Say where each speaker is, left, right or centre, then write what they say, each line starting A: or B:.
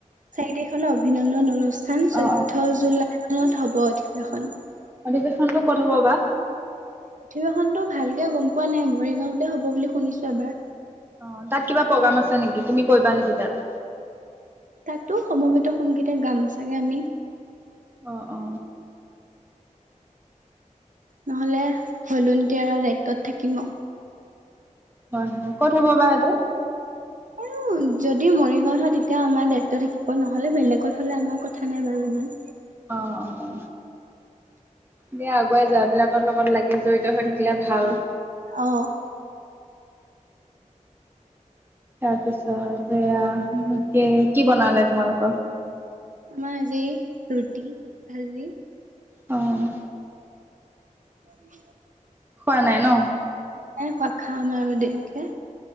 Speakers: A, on the right (about 70°); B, on the right (about 15°).
A: চাৰি তাৰিখ লৈ অভিনন্দন অনুষ্ঠান,
B: অ
A: চৈধ্য
B: অ
A: জুলাই মানত হব অধিবেশন
B: অধিৱেশনটো ক'ত হ'ব বা।
A: অধিৱেশনটো ভালকে গম পোৱা নাই মৰিগাঁওতে হ'ব বুলি শুনিছো এবাৰ
B: অ তাত কিবা প্ৰগ্ৰাম আছে নেকি তুমি কৰিবা নেকি তাত?
A: তাতো সমবেত সংগীতে গাম চাগে আমি
B: অ অ,
A: নহলে ভলোটিয়াৰৰ দায়িত্বত থাকিম আও
B: হয় হয় ক'ত হ'ব বাহ এইটো
A: আৰু যদি মৰিগাঁওত হয় তেতিয়া আমাৰ দায়িত্ব থাকিব নহ'লে বেলেগত হলে আমাৰ কথা নাই বাৰু ইমান
B: অ অ, দিয়া আগুৱাই যোৱা এই বিলাকৰ লগত লাগি জড়িত হৈ থাকিলে ভাল।
A: অ
B: তাৰপিছত এয়া কে, কি বনালে তোমালোকৰ
A: আম আজি ৰুটি, ভাজি
B: অ',
A: হয়। <unintelligible>
B: হোৱা নাই ন।
A: এ খোৱা খাম আৰু দেৰিকে।